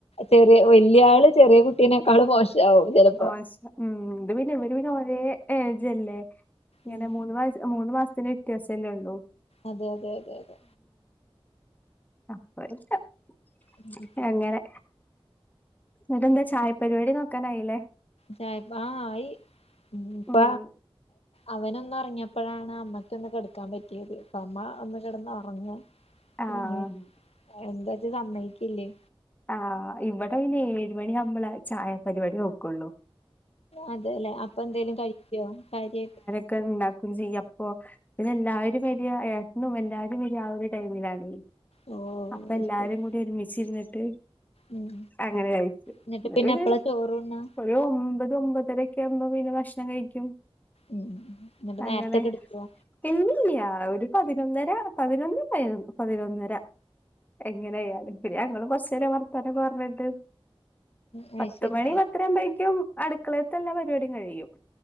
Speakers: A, on the left (about 80°); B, on the left (about 15°).
A: ചെറിയ വല്യള് ചെറിയ കുട്ടീനെക്കാള് മോഷ <unintelligible>
B: <unintelligible> ഉം ഇതു പിന്നെ ഇവര് പിന്നെ ഒരേ ഏജല്ലേ ഇങ്ങനെ
A: ഉം
B: മൂന്ന് വയസ് മൂന്ന് മാസത്തിന്റെ വ്യത്യാസല്ലേ ഉള്ളു
A: അതെ അതെ അതെ അതെ
B: അപ്പൊ <unintelligible>
A: ഉം.
B: അങ്ങനെ ഇതെന്താ ചായ പരിപാടി നോക്കാനായില്ലേ
A: ചായ പ ആഹ ആയി
B: ഉം
A: പ്പ അവനൊന്നറങ്ങിയപ്പോഴാണ് അമ്മക്കൊന്ന് കിടക്കാൻ പറ്റിയത് ഇപ്പ അമ്മ ഒന്ന് കിടന്ന്റങ്ങ
B: ആഹ്
A: പിന്നെ എന്റച്ചാ സമ്മയിക്കില്ലേ
B: ആ ഇവടെ പിന്നെ ഏഴ് മണി ആവുമ്പള ചായപരിപാടി നോക്കുള്ളൂ
A: അതല്ലേ അപ്പൊ എന്തേലും കഴിക്കോ കട്യയിട്ട്
B: ക്കണ്ടകുചെയ്യൂ അപ്പൊ പിന്നെ എല്ലാരും വരാ ഏട്ടനും എല്ലാരും വരാ ആ ഒരു ടൈമിലാണ്
A: ഓ
B: അപ്പൊ
A: അത്
B: എല്ലാരും
A: ശരി
B: കൂടി ഒരുമിച്ചിരുന്നിട്ട്
A: ഉം
B: അങ്ങനെ കഴിച്ചു
A: എന്നിട്ട്
B: ന്നട്ട് പിന്നെ
A: എപ്പളാ ചോറുണ്ണാ
B: ഒരു ഒമ്പത് ഒമ്പതരൊക്കെ ആകുമ്പോ പിന്നെ ഭക്ഷണം കഴിക്കും
A: ഉം എന്നിട്ട്
B: അങ്ങനെ
A: നേരത്തെ കെടക്കോ
B: ഇല്യല്യാ ഒരു പതിനൊന്നര പതിനൊന്ന് പതിനൊ പതിനൊന്നര എങ്ങനെയലും പിന്നെ ഞങ്ങളും കൊറച് വർത്തനക്കെ പറഞ്ഞട്ട്
A: അത്
B: പത്തുമണി
A: ശരി
B: പത്തരാവുംമ്പയെക്കും അടുക്കളയത്തെ എല്ലാം പരിപാടിയും കഴിയും